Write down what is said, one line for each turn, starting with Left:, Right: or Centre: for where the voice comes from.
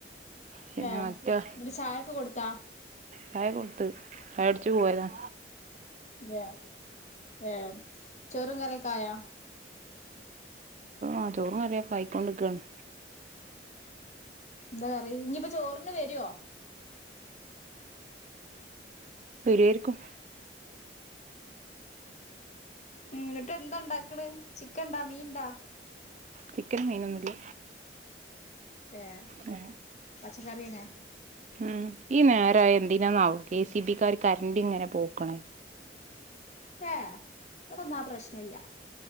Right: പിന്നെ
Left: ഏ എന്നിട്ട്
Right: മറ്റേ
Left: ചായ ഒക്കെ കൊടുത്താ
Right: ചായ കൊടുത്ത് ചായ കുടിച്ചു പോരുന്ന്
Left: ഏഹ ഏഹ <unintelligible> ചോറും കറിയൊക്കെ ആയൊ
Right: ആ ചോറും കറിയൊക്കെ ആയികൊണ്ട് നില്ക്കുവാണ്
Left: എന്താ കറി ഇനിയിപ്പ ചോറിന് വരുവോ
Right: വരുവായിരിക്കും
Left: എന്നിട്ട് എന്താ ഉണ്ടാക്കണ് ചിക്കൻ ഇണ്ടാ മീൻണ്ടാ
Right: ചിക്കനും മീനും ഒന്നുമില്ല
Left: ഏ <unintelligible>
Right: ഏ
Left: പച്ചക്കറിടെ
Right: ഉം ഈ നേരായാ എന്തിനാന്നാവോ കെ സീ ബി ക്കാർ കരണ്ട് ഇങ്ങനെ പോക്ക്ണേ
Left: ഏഹ് ഇവിടെ ഒന്നും ആ പ്രശ്നയില്ല